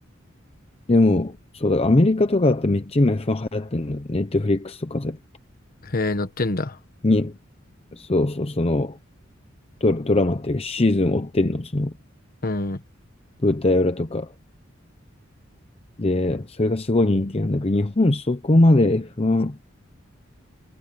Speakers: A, on the left; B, on the left.
A: でも、そうだ、アメリカとかだってめっちゃ今 F1 流行ってんの。ネットフリックスとかで。
B: へえ、乗ってんだ。
A: に、そうそう、そのド、ドラマっていうかシーズン追ってんの、その
B: うん。
A: 舞台裏とか。で、それがすごい人気なんだけど、日本そこまで F1、